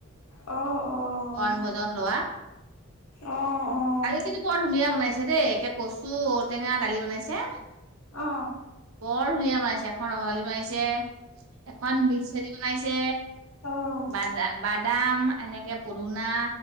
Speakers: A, on the left; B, on the right.
A: অ', অ', অ',
B: বণ ভজন লোৱা
A: অ', অ',
B: দালিখিনি বৰ ধুনীয়া বনাইছে দেই একে কচু ঔটেঙা দালি বনাইছে
A: অ
B: বৰ ধুনীয়া বনাইছে এখন ৰসৰাালি বনাছে এখন মিক্স দি বনাইছে
A: অ',
B: বাদাম বাদাম এনেকে পদুনা